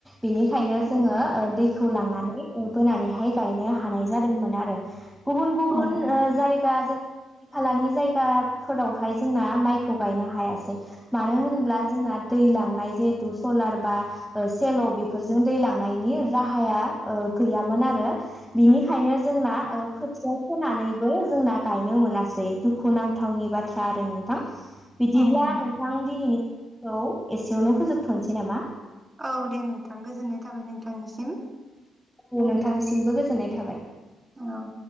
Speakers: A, in the centre; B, on the right.
A: बेनिखायनो जोंङो
B: औ
A: ओ दै खौ लांनानै बोनानैहाय गायनो हानाय जादोंमोन आरो गुबुन गुबुन
B: औ
A: ओ जायगा खालानि जायगाफोरावहाय जोंना माइखौ गायनो हायासै मानो होनब्ला जोंना दै लांनाय जिहेथु सलार बा सेल' बेफोरजों दै लांनायनि राहाया गैयामोन आरो बिनिखायनो जोंना खोथिया फोनानैबो जोंना गायनो मोन नासै दुखुुनांथावनि बाथ्रा आरो नोंथां बिदिब्ला
B: औ औ
A: नोंथां दिनैनिखौ एसेयावनो फोजोबथ'नोसै नामा
B: औ दे नोंथां गोजोननाय थाबाय नोंथांनिसिम
A: औ नोंथांसिमबो गोजोननाय थाबाय
B: औ